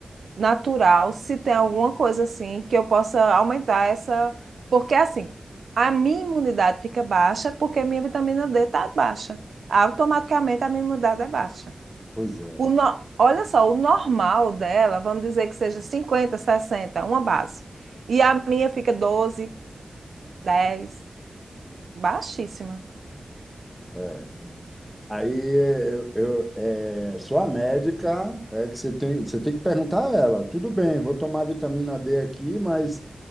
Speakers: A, on the right; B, in the centre.
A: natural, se tem alguma coisa assim que eu possa aumentar essa, porque assim, a minha imunidade fica baixa porque minha vitamina D está baixa. Automaticamente a minha imunidade é baixa.
B: Pois é.
A: O no- Olha só, o normal dela, vamos dizer que seja 50 60 uma base. E a minha fica doze dez baixíssima.
B: é. Aí eu, eu- é, sua médica é que você tem, você tem que perguntar a ela, tudo bem, vou tomar vitamina D aqui, mas